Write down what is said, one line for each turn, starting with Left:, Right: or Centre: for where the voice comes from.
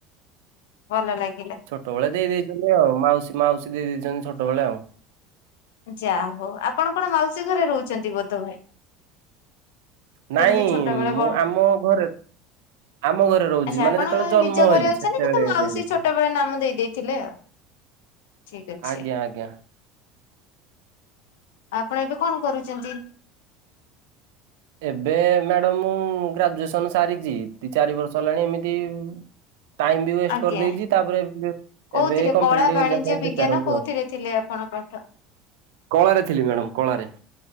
Left: ଭଲ ଲାଗିଲା।
Right: ଛୋଟବେଳେ ଦେଇ ଦେଇଚନ୍ତି ଆଉ ମାଉସୀ ମାଉସୀ ଦେଇ ଦେଇ ଦେଇଚନ୍ତି ଛୋଟବେଳେ ଆଉ।
Left: ଯାଆହଉ ଆପଣ କଣ ମାଉସୀ ଘରେ ରହୁଚନ୍ତି ବୋଧହୁଏ?
Right: ନାଇଁ
Left: ଯେମିତି ଛୋଟବେଳେ
Right: ମୁଁ
Left: ବଡ
Right: ଆମ ଘରେ ଆମ ଘରେ ରହୁଚି
Left: ଆଚ୍ଛା
Right: ମାନେ
Left: ଆପଣ
Right: ଯେତେବେଳେ ଜନ୍ମ
Left: ନିଜ ଘରେ
Right: ହେଲି
Left: ଅଛନ୍ତି
Right: ସେତେବେଳେ
Left: କିନ୍ତୁ ମାଉସୀ
Right: ଦେଇ ଦେଇଥିଲେ।
Left: ଛୋଟବେଳେ ନାମ ଦେଇ ଦେଇେଇଥିଲେ ଆଉ। ଠିକ ଅଛି
Right: ଆଜ୍ଞା ଆଜ୍ଞା।
Left: ଆପଣ ଏବେ କଣ କରୁଚନ୍ତି?
Right: ଏବେ ମ୍ୟାଡ଼ମ୍ ମୁଁ ଗ୍ରାଜୁଏସନ ସାରିଚି ଦି ଚାରି ବର୍ଷ ହେଲାଣି ଏମିତି ଟାଇମ୍ ବି ୱେଷ୍ଟ
Left: ଆଜ୍ଞା
Right: କରିଦେଇଚି ତାପରେ ଏବେ
Left: କୋଉଥିରେ
Right: ଏବେ କମ୍ପିଟେଟିଭ୍
Left: କଳା ବାଣିଜ୍ୟ
Right: ଏକ୍ସାମ ପାଇଁ
Left: ବିଜ୍ଞାନ
Right: ପ୍ରିପେଆର ହେଉଚି
Left: କୋଉଥିରେ
Right: ଆଉ।
Left: ଥିଲେ ଆପଣ ପଠ
Right: କଳାରେ ଥିଲି ମ୍ୟାଡ଼ାମ କଳାରେ।